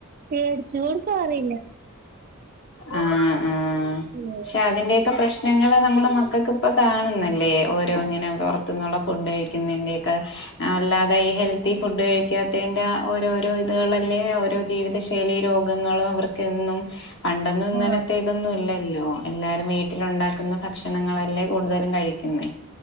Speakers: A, on the right; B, on the left.
A: പേടിച്ചു കൊടുക്കാറില്ല <unintelligible>
B: ആ ആഹ്
A: ഉം.
B: ക്ഷെ അതിന്റെക്കെ പ്രശ്നം ഞങ്ങള് നമ്മുടെ മക്കൾക്ക് ഇപ്പൊ കാണുന്നില്ലേ ഓരോ ഇങ്ങനെ പുറത്തുന്നുള്ള ഫുഡ് കഴിക്കുന്നതിന്റെക്കെ അല്ലാതെ ഈ ഹെൽത്തി ഫുഡ് കഴിക്കാത്തന്റെ ഓരോരോ ഇതുകളല്ലേ ഓരോ ജീവിത ശൈലി രോഗങ്ങളും അവർക്കെന്നും പണ്ടൊന്നും ഇങ്ങനത്തെ
A: ആ,
B: ഇതൊന്നും ഇല്ലല്ലോ എല്ലാരും വീട്ടിലുണ്ടാക്കുന്നഭക്ഷ ക്ഷണങ്ങളല്ലേ കൂടുതലും കഴിക്കുന്നേ